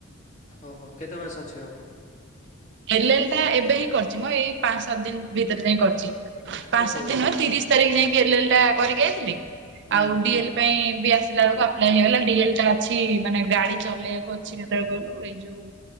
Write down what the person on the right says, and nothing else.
ଏଲ ଏଲ ଟା ଏବେ ହିଁ କରିଛି ମ ଏଇ ପାଁ ସାତ ଦିନ ଭିତରେ ଯାଇଁ କରିଛି। ପାଞ୍ଚ
ଦିନ ତିରିଶ ତାରିଖ ଯାଇକି ଏଲ ଟା କରିକି ଯାଇଥିଲଥିଲେ
ଆଉ ଡିଏଲ ପାଇଁ ବି ଆସିଲା ବେଳକୁ ଆପ୍ଲାଏ ହେଇଗଲା ଡିଏଲ ଟା ଅଛି ମାନେ ଗାଡି ଚଲେଇଆକୁ ମୁଁ ଅଛି କେତେବେଳେ କହିଲୁ ଏଇ ଯୋଉ